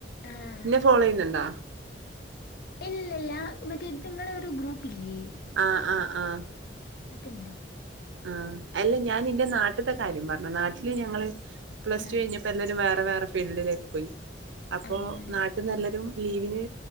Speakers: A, on the left; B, on the right.
A: ആഹ്
B: ന്നെ ഫോളോയ്യുന്നുണ്ടോ?
A: ഇല്ല ഇല്ല മറ്റേ നിങ്ങളെ ഒരു ഗ്രൂപ്പ് ഇല്ലേ?
B: ആഹ് ആഹ് ആഹ്
A: അത്ണ്ട്
B: ആഹ് അല്ല ഞാൻ നിന്റെ നാട്ടത്തെ കാര്യം പറഞ്ഞ നാട്ടില് ഞങ്ങള് പ്ലസ്
A: ആഹ്
B: ടു കഴിഞ്ഞ... ഇപ്പോ എല്ലാവരും വേറെ വേറെ ഫീൽഡിലേക്ക് പോയി. അപ്പോ
A: അങ്ങനെ
B: നാട്ടിന്ന് എല്ലാരും.. ലീവിന്